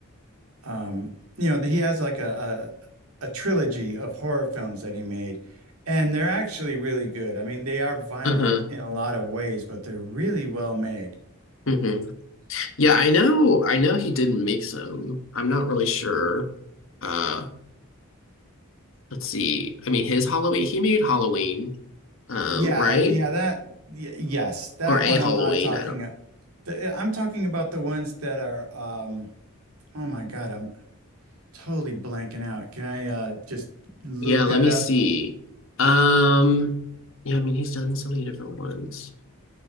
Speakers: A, on the right (about 80°); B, on the left (about 60°).
A: um, you know, that he has like a, a a trilogy of horror films that he made, and they're actually really good. I mean, they are violent
B: Uh-huh.
A: in a lot of ways, but they're really well made.
B: hmm Yeah, I know. I know he didn't make some. I'm not really sure. Uh, let's see. I mean, his Halloween, he made Halloween, um,
A: Yeah,
B: right?
A: yeah, that, y yes, that
B: Or a
A: one
B: Halloween.
A: I'm not talking.
B: I don't.
A: uh, The, uh, I'm talking about the ones that are, um, oh my God, I'm totally blanking out. Can I uh, just look
B: Yeah,
A: that
B: let me
A: up?
B: see. Um, yeah, I mean, he's done so many different ones.